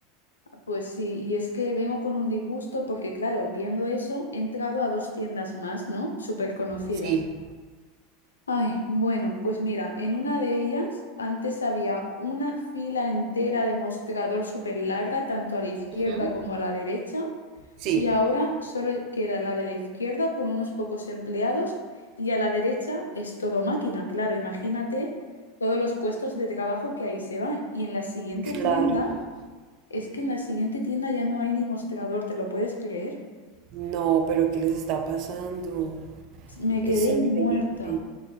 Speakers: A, on the left; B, on the right.
A: Pues sí, y es que vengo con un disgusto porque, claro, viendo eso, he entrado a dos tiendas más, ¿no? Súper conocidas.
B: Sí,
A: Ay, bueno, pues mira, en una de ellas antes había una fila entera de mostrador súper larga, tanto a la izquierda
B: Ujú.
A: como a la derecha,
B: sí.
A: y ahora solo queda la de la izquierda con unos pocos empleados y a la derecha es todo máquina, claro, imagínate todos los puestos de trabajo que ahí se van. Y en la siguiente
B: Claro.
A: tienda... Es que en la siguiente tienda ya no hay ni mostrador, ¿te lo puedes creer?
B: No, pero ¿qué les está pasando?
A: Me
B: Es
A: quedé
B: increíble.
A: muerta.